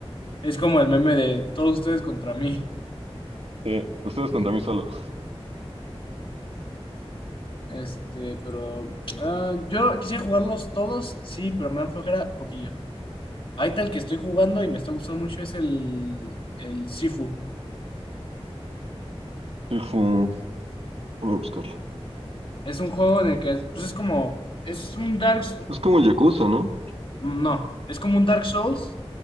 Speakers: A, on the left; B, on the right.
A: Es como el meme de todos ustedes contra mí.
B: Sí, ustedes contra mí solo.
A: Este, pero ah, yo quisiera jugarlos todos, sí, pero me dan flojera poquillo. Ahí tal que estoy jugando y me está gustando mucho es el, el Sifu.
B: Sí, fue... Déjame buscarlo.
A: Es un juego en el que, pues es como, es un Dark,
B: Es como el Yakuza, ¿no?
A: no, es como un Dark Souls,